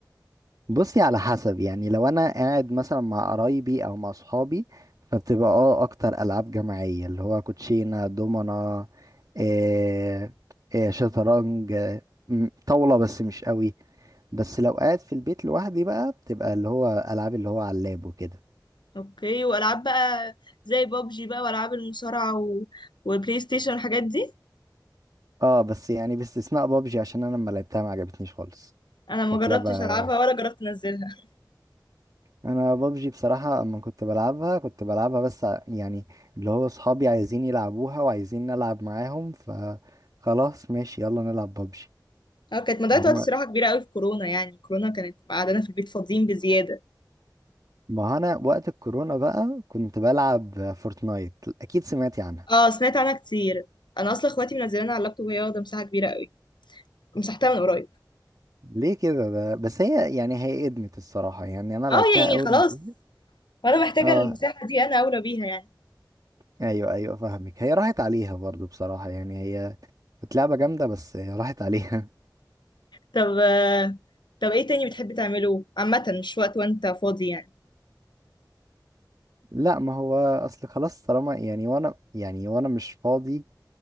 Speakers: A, on the right (about 50°); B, on the left (about 80°).
A: بصي على حسب يعني لو أنا قاعد مثلا مع قرايبي أو مع صحابي فبتبقى اه أكتر ألعاب جماعية اللي هو كوتشينة دومنا إيه إيه شطرنج إيه م- طاولة بس مش قوي بس لو قاعد في البيت لوحدي بقى بتبقى اللي هو العاب اللي هو على اللاب وكده
B: اوكي والعاب بقى زي بابجي بقى والعاب المصارعة و... وبلاي ستيشن والحاجات دي
A: اه بس يعني باستثناء بابجي عشان انا لما لعبتها ما عجبتنيش خالص
B: انا
A: كانت
B: ما جربتش
A: لعبة
B: العبها
A: وحشة
B: ولا جربت انزلها
A: انا بابجي بصراحة اما كنت بلعبها كنت بلعبها بس ع- يعني اللي هو صحابي عايزين يلعبوها وعايزين نلعب معاهم فخلاص ماشي يلا نلعب بابجي
B: اه كانت مضيعة
A: انما
B: وقت صراحة كبيرة قوي في كورونا يعني كورونا كانت قعدنا في البيت فاضيين بزيادة
A: ما انا وقت الكورونا بقى كنت بلعب فورتنايت اكيد سمعتي عنها
B: اه سمعت عنها كتير انا اصلا اخواتي منزلينها على اللابتوب وهي واخدة مساحة كبيرة قوي مسحتها من قريب
A: ليه كده ده بس هي يعني هي ادمت الصراحة يعني انا لعبتها
B: اه يعني
A: اول
B: خلاص
A: ما نزلت.
B: وانا محتاجة
A: اه
B: المساحة دي انا اولى بيها يعني
A: ايوه ايوه فاهمك هي راحت عليها برضو بصراحة يعني هي كانت لعبة جامدة بس هي راحت عليها
B: طب آه، طب ايه تاني بتحب تعمله عامة مش وقت وانت فاضي يعني
A: <laughs> لا ما هو اصل خلاص طالما يعني وانا يعني وانا مش فاضي